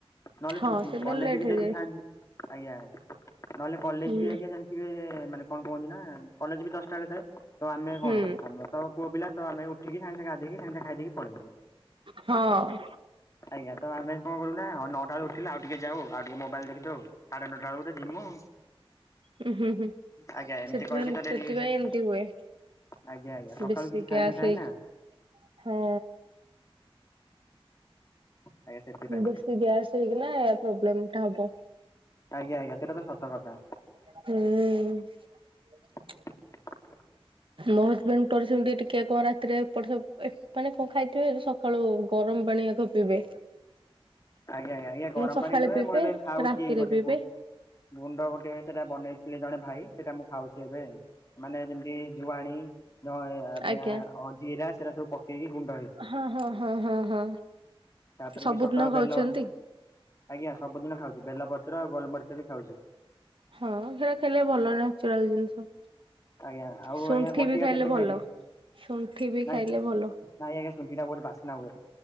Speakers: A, on the left; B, on the right.
A: ନହେଲେ
B: ହଁ
A: ଛୁ‌
B: ସେଦିନ
A: କଲେଜ
B: ଲେଟ୍
A: ବି
B: ହେଇଯାଏ
A: ତ ଯିଏ ଥାନ୍ତି ଆଜ୍ଞା। ନହେଲେ କଲେଜ
B: ହୁଁ
A: ବି ଆଜ୍ଞା ଜାଣିଥିବେ ମାନେ କଣ କୁହନ୍ତି, ନା କଲେଜ ବି ଦଶଟା ବେଳେ ଥାଏ। ତ ଆମେ
B: ହୁଁ
A: କଣ ଆମେ ତ ପୁଅ ପିଲା ତ ଆମେ ଉଠିକି ସାଙ୍ଗେ ସାଙ୍ଗେ ଗାଧେଇକି ସାଙ୍ଗେ ଖାଇଦେଇକି ଆଜ୍ଞା।
B: ହଁ
A: ଆଜ୍ଞା। ତ ଆମେ କଣ କରୁନା? ହଁ ନଅଟା ବେଳୁ ଉଠିଲେ। ଆଉ ଟିକେ ଯାଉ ଆଉ ଟିକେ ମୋବାଇଲ ଦେଖିଦଉ। ସାଢେ ନଅଟା ବେଳକୁ ତ ଯିମୁ।
B: ହୁଁ ହୁଁ ହୁଁ
A: ଆଜ୍ଞା ଏମିତି
B: ସେଥିପାଇଁ
A: କହିକି ତ ଡେରି
B: ସେଥିପାଇଁ
A: ହେଇଯାଏ।
B: ଏମିତି ହୁଏ।
A: ଆଜ୍ଞା ଆଜ୍ଞା ସକାଳୁ
B: ବେଶୀ
A: କିଛି
B: ଗ୍ୟାସ
A: ଖାଇନଥାଏ
B: ହେଇ
A: ନା
B: ହଁ।
A: ଆଜ୍ଞା ସେଥିପାଇଁ
B: ବେଶୀ ଗ୍ୟାସ ହେଇକିନା ଏ ପ୍ରୋବ୍ଲେମ ଟା ହବ।
A: ଆଜ୍ଞା ଆଜ୍ଞା ସେଟା ତ ସତ କଥା।
B: ହୁଁ।
A: <inaudible>
B: ମୋ ହଜବେଣ୍ଡ ଙ୍କର ସେମିତି ଟିକେ କଣ ରାତିରେ ଏପଟ ସେପଟ ଏ ମାନେ କଣ ଖାଇଥିବେ ସକାଳୁ ଗରମ ପାଣି ଆଗ ପିଇବେ।
A: ଆଜ୍ଞା ଆଜ୍ଞା ଗରମ
B: ସକାଳେ
A: ପାଣି ନୁହେଁ
B: ପିଇବେ
A: ମୁଁ ଏବେ ଖାଉଛି
B: ରାତିରେ
A: ଗୋଟେ
B: ପିଇବେ
A: କ ଗୁଣ୍ଡ ଗୋଟେ ସେଟା ବନେଇଥିଲେ ଜଣେ ଭାଇ ସେଟା ମୁଁ ଖାଉଛି ଏବେ। ମାନେ ଯେମିତି ଜୁଆଣୀ ଧ ଆ ଅ
B: ଆଜ୍ଞା।
A: ଜିରା ସେରା ସବୁ ପକେଇକି ଗୁଣ୍ଡ ହେଇଥିବ।
B: ହଁ ହଁ ହଁ ହଁ
A: ତାପରେ
B: ସବୁଦିନ
A: ବି ସକାଳୁ ବେଲ
B: ଖାଉଛନ୍ତି?
A: ଆଜ୍ଞା ସବୁଦିନ ଖାଉଛି ବେଲପତ୍ର ଆଉ ଗୋଲମରିଚ ବି ଖାଉଛି।
B: ହଁ ହେରା ଖାଇଲେ ଭଲ ନାଚୁରାଲ ଜିନିଷ।
A: ଆଜ୍ଞା ଆଉ
B: ଶୁଣ୍ଠି
A: ଆଜ୍ଞା ବଟିକା
B: ବି ଖାଇଲେ
A: କେତେ
B: ଭଲ।
A: ଖାଇବି?
B: ଶୁଣ୍ଠି ବି
A: ନାଇଁ
B: ଖାଇଲେ
A: ନାଇଁ
B: ଭଲ
A: ଆଜ୍ଞା ଶୁଣ୍ଠି ଟା ବୋହୁତ ବାସ୍ନା ହୁଏ।